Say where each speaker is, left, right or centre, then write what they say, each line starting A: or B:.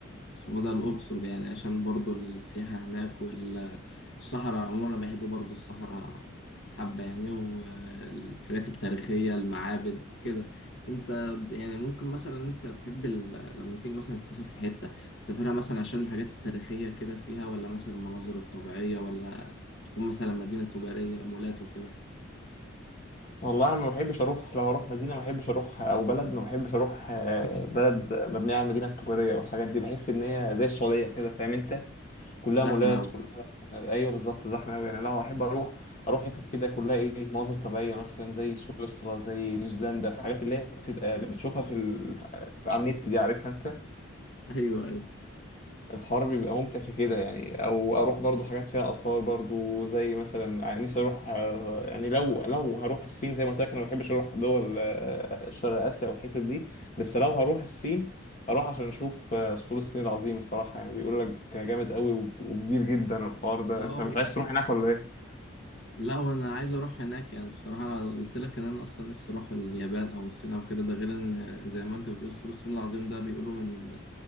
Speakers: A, on the left; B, on the left.
A: اسمه ده الأقصر يعني عشان برضو السياحة هناك والصحراء عموما أنا بحب برضو الصحراء حبة يعني والحاجات التاريخية المعابد كده أنت يعني ممكن مثلا أنت تحب ال- لما تيجي مثلا تسافر في حتة تسافرها مثلا عشان الحاجات التاريخية كده فيها ولا مثلا المناظر الطبيعية ولا تكون مثلا مدينة تجارية مولات وكده
B: والله انا ما بحبش اروح لو اروح مدينه ما بحبش اروح او بلد ما بحبش اروح آه،
A: <clears throat>
B: بلد مبنيه على المدينه التجاريه والحاجات دي بحس ان هي زي السعوديه كده فاهم انت كلها
A: زحمة
B: مولات
A: أوي
B: كلها آه، ايوه بالظبط زحمه قوي يعني لو احب اروح اروح حتت كده كلها ايه مناظر طبيعيه مثلا زي سويسرا زي نيوزيلندا الحاجات اللي هي بتبقى اللي بتشوفها في ال... على النت دي عارفها انت
A: أيوه أيوه
B: الحر بيبقى ممتع في كده يعني او اروح برضو حاجات فيها اثار برضو زي مثلا يعني نفسي اروح آه، يعني لو لو هروح الصين زي ما قلت لك انا ما بحبش اروح دول آه، شرق اسيا والحتت دي بس لو هروح الصين هروح عشان اشوف آه، سور الصين العظيم الصراحه يعني بيقول لك جامد قوي وكبير جدا الحوار ده
A: أه
B: انت مش عايز تروح هناك ولا ايه
A: لا وانا عايز اروح هناك يعني بصراحه انا قلت لك ان انا اصلا نفسي اروح اليابان او الصين او كده ده غير ان زي ما انت بتقول سور الصين العظيم ده بيقولوا من